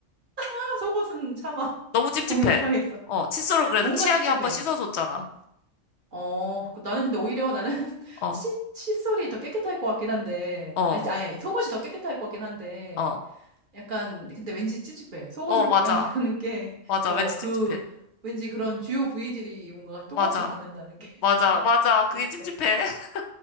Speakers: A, on the right; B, on the left.
A: 아, 속옷은 참아
B: 너무
A: <laughs>
B: 찝찝해.
A: 공유 못 하겠어.
B: 어, 칫솔은 그래도
A: 뭔가
B: 치약이
A: 찝찝해.
B: 한번 씻어줬잖아.
A: 어, 그렇고 나는 근데 오히려 나는 <laughs>
B: 어,
A: 칫, 칫솔이 더 깨끗할 것 같긴 한데,
B: 어,
A: 아니, 아니, 아니, 속옷이 더 깨끗할 것 같긴 한데,
B: 어.
A: 약간, 근데 왠지 찝찝해. 속옷을
B: 어,
A: 공유한다는
B: 맞아.
A: 게,
B: 맞아.
A: 어,
B: 왠지 찝찝해.
A: 그, 왠지 그런 주요 부위들이 뭔가 똑같이
B: 맞아.
A: 닿는다는 게.
B: 맞아. 맞아.
A: <laughs>
B: 그게
A: 그랬어.
B: 찝찝해. <laughs>